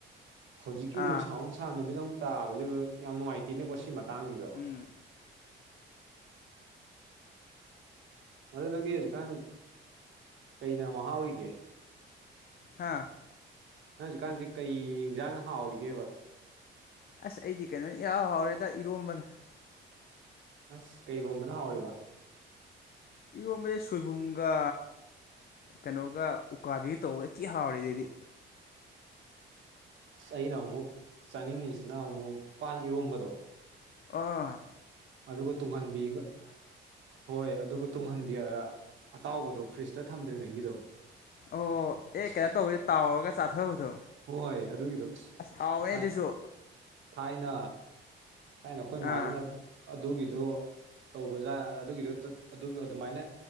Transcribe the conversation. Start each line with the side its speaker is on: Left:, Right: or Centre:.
Right: ꯍꯧꯖꯤꯛꯀꯤ
Left: ꯑꯥ
Right: ꯅꯨꯡꯁꯥ ꯅꯨꯡꯁꯥ ꯅꯨꯃꯤꯗ ꯑꯃꯨꯛ ꯇꯥꯕꯗꯨ ꯌꯥꯝ ꯅꯨꯡꯉꯥꯏꯇꯦꯅꯦꯀꯣ ꯁꯤ ꯃꯇꯥꯡꯁꯤꯗꯣ
Left: ꯎꯝ
Right: ꯑꯗ ꯅꯪꯗꯤ ꯍꯧꯖꯤꯛꯀꯥꯟ ꯀꯩꯅ ꯑꯃꯨꯛ ꯍꯥꯎꯔꯤꯒꯦ
Left: ꯍꯥꯥ
Right: ꯍꯧꯖꯤꯛꯀꯥꯟꯁꯦ ꯀꯩ ꯌꯦꯟꯖꯥꯡꯅ ꯍꯥꯎꯔꯤꯒꯦꯕ
Left: ꯑꯁ ꯑꯩꯗꯤ ꯀꯩꯅꯣꯅꯤ ꯏ ꯍꯥꯎꯔꯦꯗ ꯏꯔꯣꯝꯕꯅ
Right: ꯑꯁ ꯀꯩꯔꯣꯝꯕꯅ ꯍꯥꯎꯔꯤꯕ
Left: ꯏꯉꯣꯟꯕ ꯁꯣꯏꯕꯨꯝꯒ ꯀꯩꯅꯣꯒ ꯎꯀꯥꯕꯤꯒ ꯇꯧ ꯏ ꯊꯤ ꯍꯥꯎꯔꯦ ꯑꯗꯨꯗꯤ
Right: ꯑꯁ ꯑꯩꯅ ꯑꯃꯨꯛ ꯆꯥꯅꯤꯡꯉꯤꯁꯤꯅ ꯑꯃꯨꯛ ꯄꯥꯟ ꯏꯔꯣꯝꯕꯗꯣ
Left: ꯑ
Right: ꯑꯗꯨꯒ ꯇꯨꯡꯍꯟꯕꯤꯒ ꯍꯣꯏ ꯑꯗꯨꯒ ꯇꯨꯡꯍꯟꯕꯤꯔ ꯑꯇꯥꯎꯕꯗꯣ ꯐ꯭ꯔꯤꯖꯇ ꯊꯝꯗ꯭ꯔꯤꯉꯩꯒꯤꯗꯣ
Left: ꯑꯣ ꯑꯦ
Right: ꯑꯁ
Left: ꯀꯩꯅꯣ ꯇꯧꯕꯗ ꯇꯥꯎꯔꯒ ꯆꯥꯊꯕꯗꯣ
Right: ꯍꯣꯏ ꯑꯗꯨꯒꯤꯗꯣ ꯑꯁ
Left: ꯍꯥꯎꯋꯦ
Right: ꯊꯥꯏ
Left: ꯑꯗꯨꯁꯨ
Right: ꯊꯥꯏꯅ ꯀꯥꯏꯅ ꯀꯣꯏ ꯃꯥꯖꯤ
Left: ꯑꯥ
Right: ꯅ ꯑꯗꯨꯕꯤ ꯑꯗ ꯇꯧꯕꯖꯥ ꯑꯗꯨꯒꯤꯗ ꯑꯗꯨ ꯑꯗꯨꯃꯥꯏꯅ